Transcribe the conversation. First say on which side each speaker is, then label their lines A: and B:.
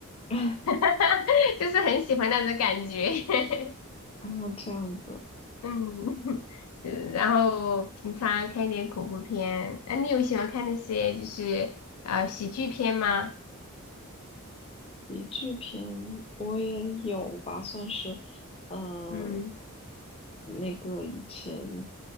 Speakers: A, on the left; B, on the left.
A: <laughs>
B: <laughs> 就是很喜欢那种感觉。<laughs>
A: 啊，这样子，
B: 嗯，<laughs> 嗯然后平常看一点恐怖片。那你有喜欢看那些就是呃喜剧片吗？
A: 喜剧片我也有吧，算是，呃，
B: 嗯，
A: 那个以前